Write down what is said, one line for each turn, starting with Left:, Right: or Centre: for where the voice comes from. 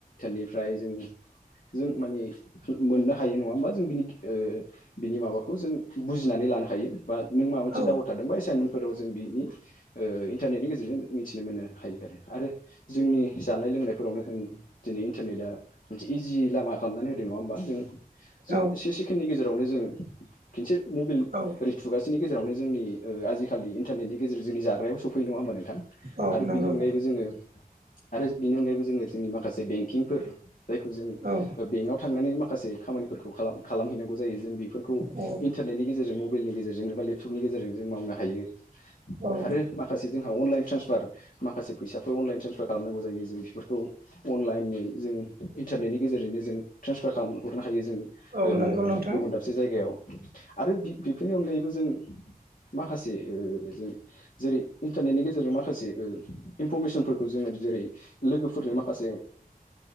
Left: निफ्राय जों जों माने मोननो हायो नङा होमबा जों बिनि ओ बिनि माबाखौ जों बुजिनानै लानो हायो बा नों माबा मोनसे
Right: औ
Left: दावड थादोंबा एसाइनमेन्टफोराव जों बिनि इन्टारनेटनि गेजेरजों मिथिनो मोननो हायो आरो जोंनि जानाय लोंनाय फोरावनो होन दिनै इन्टारनेटआ मोनसे इजि लामा खालामनानै होदों नङा होमबा जों जों
Right: औ
Left: से सेकेण्डनि गेजेरावनो जों खनसे मबाइल
Right: औ
Left: ओरै थुगासेनि गेजेर आवनो जोंनि ओ आजिखालि इन्टारनेटनि गेजेरजों जाग्रायाब सफैयो नङा होमबा नोंथां?
Right: औ
Left: आरो
Right: नंगौ
Left: बिनि अनगायैबो जोङो आरो बिनि अनगायैबो जोङो जोंनि माखासे बेंकिंफोर जायखौ जों
Right: औ
Left: ओ बेंकआव थांनानै माखासे खामानिफोरखौ खालाम खालामहैनांगौ जायो जों बेफोर खौ
Right: औ
Left: इन्टारनेटनि गेजेरजों मबाइलनि गेजेरजोंनो बा लेप टबनि गेजेरजों जों मावनो हायो
Right: औ
Left: आरो माखासे जोंहा अनलाइन ट्रेन्सफार माखासे फैसाफोर अनलाइन ट्रेसफार खालामनांगौ जायो जों बेफोरखौ अनलाइनै जों इन्टारनेटनि गेजेरजोंनो जों ट्रेन्सफार खालाम हरनो हायो जों ओ
Right: औ नंगौ नोंथां
Left: गुबुन दाबसे जायगायाव आरो बि बिफोरनि अनगायैबो जों <unintelligible> माखासे ओ जों जेरै इन्टारनेटनि गेजेरजों माखासे इनफरमेसनफोरखौ जों जेरै लोगोफोरजों माखासे